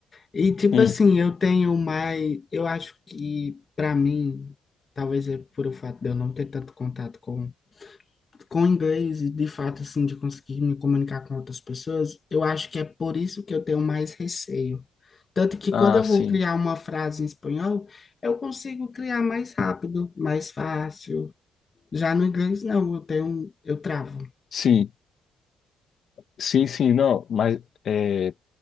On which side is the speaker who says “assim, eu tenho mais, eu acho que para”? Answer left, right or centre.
Left